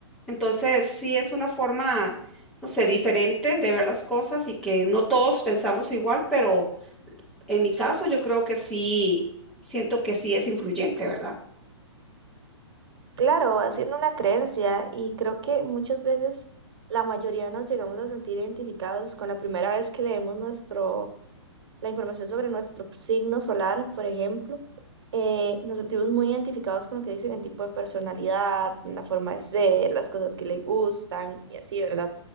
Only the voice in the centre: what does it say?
Entonces, sí es una forma, no sé, diferente de ver las cosas y que no todos pensamos igual, pero en mi caso yo creo que sí, siento que sí es influyente, ¿verdad?